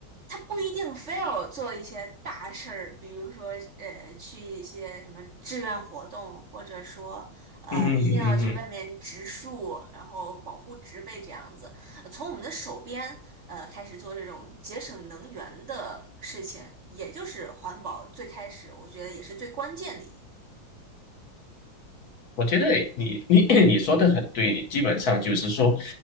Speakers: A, on the right (about 65°); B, on the left (about 55°).
A: 它不一定非要做一些大事儿，比如说呃去一些什么志愿活动，或者说呃一定要去外面植树，
B: 嗯嗯嗯嗯嗯
A: 然后保护植被这样子，呃从我们的手边呃开始做这种节省能源的事情，也就是环保最开始我觉得也是最关键的一步
B: 我觉得你你 <clears throat> 你说的很对，你基本上就是说。